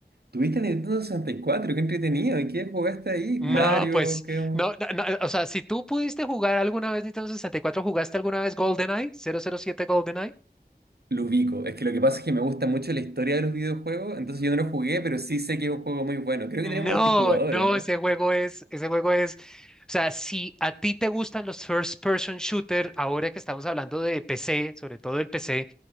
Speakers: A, on the right; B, in the centre.
A: tuviste Nintendo sesenta y cuatro, qué entretenido. ¿Y qué jugaste ahí?
B: No,
A: Mario,
B: pues,
A: qué...
B: no, no, no, o sea, si tú pudiste jugar alguna vez Nintendo 64, ¿jugaste alguna vez GoldenEye? ¿007 GoldenEye?
A: Lo ubico. Es que lo que pasa es que me gusta mucho la historia de los videojuegos, entonces yo no lo jugué, pero sí sé que es un juego muy bueno. Creo
B: No,
A: que tenía un multijugador,
B: no,
A: ¿o no?
B: ese juego es, ese juego es, o sea, si a ti te gustan los first person shooter, ahora que estamos hablando de PC, sobre todo el PC,